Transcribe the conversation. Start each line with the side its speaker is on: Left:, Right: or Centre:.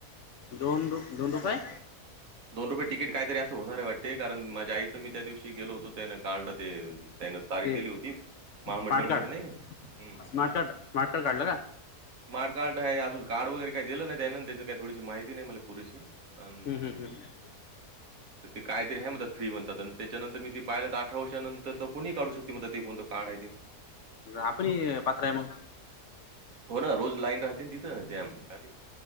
Left: दोन दोनडु काय
Right: दोन रुपये तिकीट काय तरी असं होणार आहे वाटते कारण माझ्या आईचं मी त्या दिवशी गेलो होतो त्यान काढलं ते त्यान तारीख
Left: ते
Right: दिली होती महामंडळ
Left: स्मार्ट
Right: मध्ये
Left: कार्ड
Right: नाही का हम्म
Left: स्मार्ट कार्ड स्मार्ट कार्ड काढलं का?
Right: स्मार्ट कार्ड आहे अजून कार्ड वगैरे काही दिलं नाही त्या ना त्यांच काही थोडीशी माहिती नाही मला पुरेशी अन्
Left: हम् हम हम्
Right: तर ते काहीतरी आहे म फ्री म्हणतात आणि त्याच्यानंतर मी ते पाहिलं तर आठ अठरा वर्षानंतर तर कोणी काढू शकते म ते कोणत काढ आहे ते
Left: आपण पात्र आहे मग
Right: हो ना रोज लाईन राहते तिथं त्या खाली